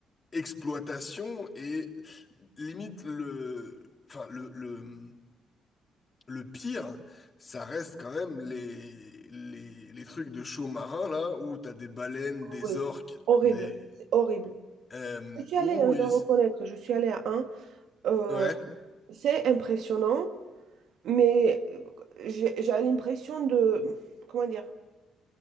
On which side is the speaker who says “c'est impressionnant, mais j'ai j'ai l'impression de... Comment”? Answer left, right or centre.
Right